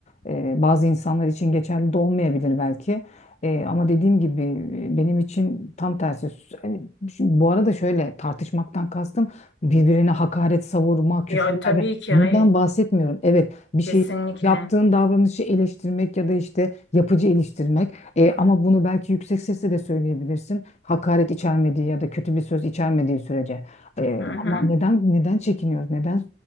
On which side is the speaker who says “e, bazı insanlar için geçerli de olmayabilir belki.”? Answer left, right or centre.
Left